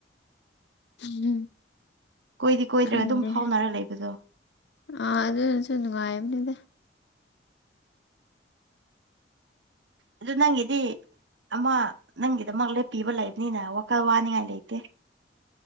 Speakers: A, on the left; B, on the right.
A: <unintelligible>
B: ꯀꯣꯏꯗꯤ ꯀꯣꯏꯗ꯭ꯔꯒ
A: ꯈꯪꯗꯦ
B: ꯑꯗꯨꯝ ꯐꯥꯎꯅꯔ ꯂꯩꯕꯗꯣ
A: ꯑꯥ ꯑꯗꯨꯅꯁꯨ ꯅꯨꯡꯉꯥꯏꯕꯅꯤꯗ
B: ꯑꯗꯨ ꯅꯪꯒꯤꯗꯤ ꯑꯃ ꯅꯪꯒꯤꯗꯃꯛ ꯂꯦꯞꯄꯤꯕ ꯂꯩꯕꯅꯤꯅ ꯋꯥꯈꯜ ꯋꯥꯅꯤꯡꯉꯥꯏ ꯂꯩꯇꯦ